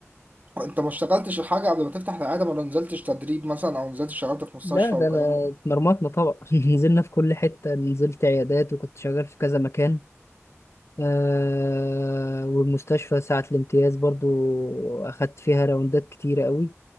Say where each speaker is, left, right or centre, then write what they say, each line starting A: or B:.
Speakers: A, on the right; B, on the left.
A: انت ما اشتغلتش حاجة قبل ما تفتح العيادة ما نزلتش تدريب مثلا او نزلت اشتغلت في مستشفى
B: لا ده
A: والكلام
B: انا
A: ده
B: اتمرمطنا طبعا <laughs> نزلنا في كل حتة نزلت عيادات وكنت شغال في كذا مكان آه والمستشفى ساعة الامتياز برضو أخدت فيها راوندات كتيرة قوي